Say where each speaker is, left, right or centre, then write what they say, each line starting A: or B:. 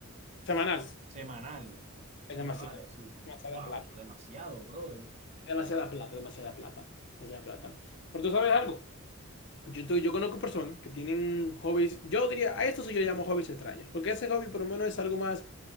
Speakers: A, on the right (about 30°); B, on the left (about 55°).
A: S-
B: semanal,
A: Semanal, semanal,
B: es demasiado,
A: así.
B: demasiada
A: Wow,
B: plata.
A: eso es demasiado, brother.
B: Demasiada plata, demasiada plata, demasiada plata. Pero tú sabes algo, yo, tú- yo conozco personas que tienen hobbies, yo diría, a esto sí yo llamo hobbies extraños, porque ese hobby por lo menos es algo más